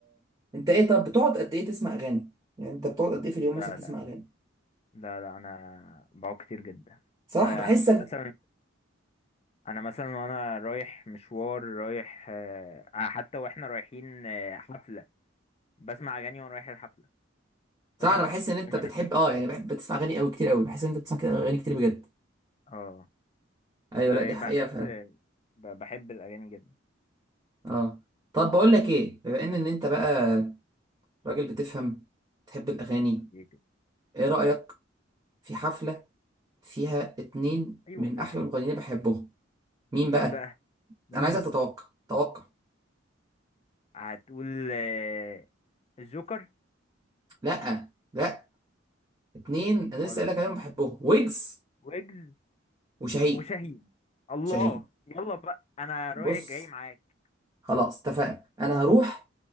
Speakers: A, on the right; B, on the left.
A: انت ايه طب بتقعد قد ايه تسمع اغاني يعني انت بتقعد قد ايه في اليوم
B: لا
A: مثلا تسمع
B: لا
A: اغاني
B: لا لا انا بقعد كتير جدا
A: صراحة
B: انا
A: بحسك
B: مثلا انا مثلا وانا رايح مشوار رايح آه، حتى واحنا رايحين آه، حفله بسمع اغاني وانا رايح الحفله
A: صراحة
B: فاهم
A: انا بحس ان
B: فاهم
A: انت بتحب
B: انا فين
A: اه يعني بحب بتسمع اغاني قوي كتير قوي بحس ان انت بتسمع كده اغاني كتير بجد
B: اه
A: ايوه
B: آه،
A: لا دي حقيقة
B: بحس
A: فعلا
B: ب- بحب الاغاني جدا
A: اه طب بقول لك ايه بما ان ان انت بقى راجل بتفهم بتحب الاغاني
B: حبيبي.
A: ايه رأيك في حفلة فيها اتنين
B: ايوه
A: من
B: بقى
A: احلى المغنيين اللي بحبهم مين بقى
B: مين بقى مين
A: انا عايزك تتوقع توقع
B: هتقول آه، الجوكر
A: لا لا اتنين انا
B: مال-
A: لسه قايل لك عليهم بحبهم ويجز
B: ويجز
A: وشاهين
B: وشاهين الله
A: شاهين
B: يلا بقى انا رايح
A: بص
B: جاي معاك
A: خلاص اتفقنا انا هروح